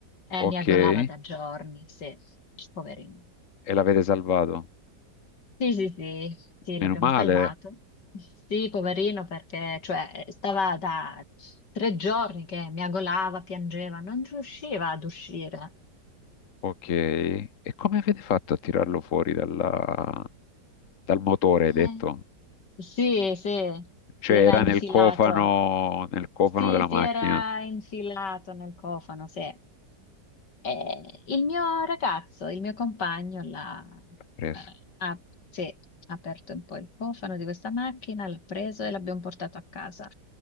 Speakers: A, on the left (about 75°); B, on the left (about 55°).
A: e
B: Ok.
A: mi aggolava
B: E
A: da giorni, sì, poverino.
B: l'avete salvato.
A: Sì, sì, sì, sì, l'abbiamo
B: Meno male.
A: salvato. Sì, poverino, perché cioè, stava da tre giorni che mi aggolava, piangeva, non riusciva ad uscire.
B: Ok, e come avete fatto a tirarlo fuori dalla- dal motore,
A: Eh,
B: hai detto?
A: sì, sì,
B: Cioè
A: si era
B: era
A: infilato.
B: nel cofano, nel cofano
A: Sì,
B: della macchina.
A: si era infilato nel cofano, sì. Eh, il mio ragazzo, il mio compagno, l'ha,
B: L'ha preso.
A: eh, ha, sì, ha aperto un po' il cofano di questa macchina, l'ha preso e l'abbiamo portato a casa.